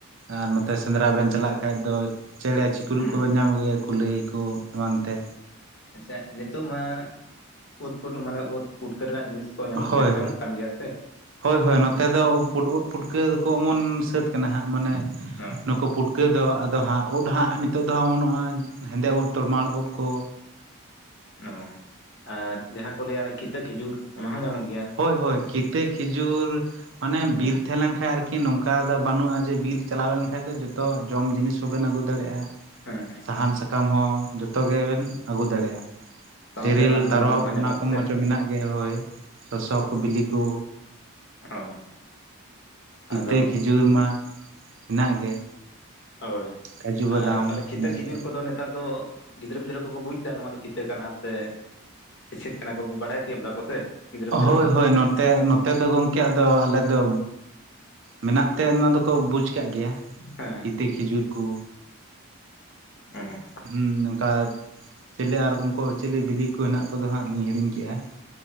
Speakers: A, on the right; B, on the left.
A: ᱟᱨ ᱱᱚᱛᱮ ᱥᱮᱸᱫᱽᱨᱟ ᱵᱮᱱ ᱪᱟᱞᱟᱜ ᱠᱷᱟᱡ ᱫᱚ ᱪᱮᱬᱮ-ᱪᱤᱯᱨᱩᱫ
B: ᱦᱩᱸ
A: ᱠᱚᱵᱮᱱ ᱧᱟᱢ ᱟᱹᱜᱩᱭᱟ, ᱠᱩᱞᱟᱹᱭ ᱠᱚ ᱮᱢᱟᱱ ᱛᱮ
B: ᱟᱪᱪᱷᱟ ᱱᱤᱛᱚᱜ ᱢᱟ ᱚᱛ ᱯᱩ ᱢᱟᱱᱮ ᱚᱛ ᱯᱩᱴᱠᱟᱹ ᱨᱮᱱᱟᱜ ᱡᱤᱱᱤᱥ ᱠᱚ ᱧᱟᱢᱚᱜ
A: ᱦᱳᱭ
B: ᱜᱮᱭᱟ ᱠᱚ
A: ᱦᱳᱭ
B: ᱧᱟᱢᱚᱜ ᱠᱟᱱ ᱜᱮᱭᱟ ᱥᱮ
A: ᱦᱳᱭ ᱦᱳᱭ ᱱᱚᱛᱮ ᱫᱚ ᱯᱩ ᱩᱫ ᱯᱩᱴᱠᱟᱹ ᱫᱚᱠᱚ ᱚᱢᱚᱱ ᱥᱟᱹᱛ ᱠᱟᱱᱟ ᱦᱟᱸᱜ ᱢᱟᱱᱮ
B: ᱚ
A: ᱱᱩᱠᱩ ᱯᱩᱴᱠᱟᱹ ᱴᱩᱣᱠᱟᱹ ᱫᱚ ᱟᱫᱚ ᱦᱟᱸᱜ ᱩᱫ ᱦᱟᱸᱜ ᱱᱤᱛᱚᱜ ᱫᱚ ᱦᱟᱸᱜ ᱵᱟᱹᱱᱩᱜᱼᱟ ᱦᱮᱸᱫᱮ ᱩᱫ ᱛᱚᱞᱢᱟᱟ ᱩᱫ ᱠᱚ
B: ᱚᱸ ᱟᱨ ᱡᱟᱦᱟᱸ ᱠᱚ ᱞᱟᱹᱭᱟ ᱚᱱᱟ ᱠᱤᱛᱟᱹ ᱠᱷᱤᱡᱩᱨ ᱚᱱᱟ ᱦᱚᱸ ᱧᱟᱢᱚᱜ ᱜᱮᱭᱟ
A: ᱦᱳᱭ ᱦᱳᱭ ᱠᱤᱛᱟᱹ ᱠᱷᱤᱡᱩᱨ ᱢᱟᱱᱮ ᱵᱤᱨ
B: ᱚ
A: ᱛᱟᱦᱮᱸ ᱞᱮᱱ ᱠᱷᱟᱡ ᱟᱨᱠᱤ ᱟᱨ ᱠᱤ ᱱᱚᱝᱠᱟ ᱫᱚ ᱵᱟᱹᱱᱩᱜᱼᱟ ᱡᱮ ᱵᱤᱨ ᱪᱟᱞᱟᱣ ᱞᱮᱱᱠᱷᱟᱱ ᱫᱚ ᱡᱚᱛᱚ ᱡᱚᱢ ᱡᱤᱱᱤᱥ ᱦᱚᱸᱵᱮᱱ ᱟᱹᱜᱩ ᱫᱟᱲᱮᱭᱟᱜᱼᱟ᱾
B: ᱦᱮᱸ ᱦᱮᱸ
A: ᱥᱟᱦᱟᱱ ᱥᱟᱠᱟᱢ ᱦᱚᱸ ᱡᱚᱛᱚ ᱜᱮᱵᱚᱢ ᱟᱹᱜᱩ ᱫᱟᱲᱮᱭᱟᱜᱼᱟ᱾
B: ᱥᱟᱶᱛᱮ
A: ᱛᱮᱨᱮᱞ,
B: ᱨᱟᱱ ᱢᱩᱨᱜᱟᱹᱱ
A: ᱛᱟᱨᱚᱵ
B: ᱦᱚᱸ ᱧᱟᱢᱚᱜᱼᱟ
A: ᱚᱱᱟ ᱠᱚ
B: ᱥᱮ
A: ᱢᱚᱸᱡᱽ ᱦᱚᱸ ᱢᱮᱱᱟᱜ ᱜᱮᱭᱟ ᱦᱳᱭ ᱥᱚᱥᱚ ᱠᱚ, ᱵᱤᱞᱤ ᱠᱚ
B: ᱚ
A: ᱠᱤᱛᱟᱹ
B: ᱟᱫᱚ
A: ᱠᱷᱤᱡᱩᱨ ᱢᱟ ᱦᱮᱱᱟᱜ ᱜᱮ
B: ᱦᱳᱭ
A: ᱠᱟᱡᱩ
B: ᱟᱨ
A: ᱵᱟᱫᱟᱢ
B: ᱛᱟᱦᱚᱞᱮ ᱠᱷᱤᱛᱟᱹ
A: ᱮᱢᱟᱱ
B: ᱠᱷᱤᱡᱩᱨ
A: ᱛᱮ
B: ᱠᱚᱫᱚ ᱱᱮᱛᱟᱨ ᱫᱚ ᱜᱤᱫᱽᱨᱟᱹ ᱯᱤᱫᱽᱨᱟᱹ ᱠᱚᱠᱚ ᱵᱩᱡᱽ ᱫᱟ ᱱᱚᱣᱟ ᱫᱚ ᱠᱤᱛᱟᱹ ᱠᱟᱱᱟ ᱥᱮ ᱪᱷᱤᱛ ᱠᱟᱱᱟ ᱠᱚ ᱵᱟᱲᱟᱭ ᱛᱤᱭᱳᱜ ᱫᱫᱟ ᱠᱚ ᱥᱮ ᱜᱤᱫᱽᱨᱟᱹ ᱯᱤᱫᱽᱨᱟᱹ
A: ᱦᱳᱭ
B: ᱠᱚ
A: ᱦᱳᱭ ᱱᱚᱛᱮ ᱱᱚ ᱱᱚᱛᱮ ᱫᱚ ᱜᱚᱢᱠᱮ ᱟᱫᱚ ᱟᱞᱮ ᱫᱚ ᱢᱮᱱᱟᱜ ᱛᱮ ᱚᱱᱟ ᱫᱚᱠᱚ ᱵᱩᱡᱽ ᱪᱤᱠᱟᱜ ᱜᱮᱭᱟ
B: ᱦᱮᱸ
A: ᱠᱤᱛᱟᱹ ᱠᱷᱤᱡᱩᱨ ᱠᱚ
B: ᱦᱮᱸ
A: ᱦᱩᱸ ᱚᱱᱠᱟ ᱪᱮᱞᱮ ᱟᱨ <unintelligible> ᱪᱤᱞᱤ ᱵᱤᱞᱤ ᱠᱚ ᱦᱮᱱᱟᱜ ᱠᱚᱫᱚ ᱦᱟᱸᱜ ᱞᱤᱧ ᱦᱤᱲᱤᱧ ᱠᱮᱜᱼᱟ